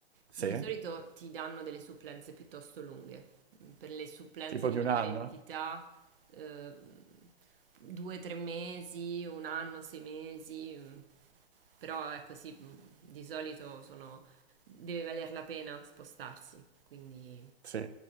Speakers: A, on the right; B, on the right.
A: Sì,
B: di solito ti danno delle supplenze piuttosto lunghe. Per le supplenze
A: tipo
B: di
A: di
B: minore
A: un anno?
B: entità, eh, due, tre mesi, un anno, sei mesi. mm. Però ecco sì, mm, di solito sono- deve valer la pena spostarsi. Quindi
A: Sì,